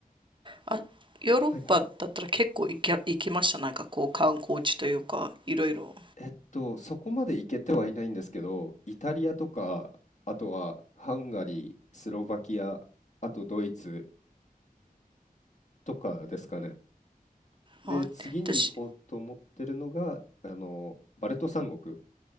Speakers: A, on the right; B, on the left.
A: あ、ヨーロッパだったら結構行き、
B: はいはい。
A: 行きました。なんかこう観光地というか、いろいろ。
B: えっと、そこまで行けてはいないんですけど、イタリアとか、あとはハンガリー、スロバキア、あとドイツとかですかね。で、
A: あ、
B: 次に行こうと思ってるのが、
A: 私、
B: あの、バルト三国、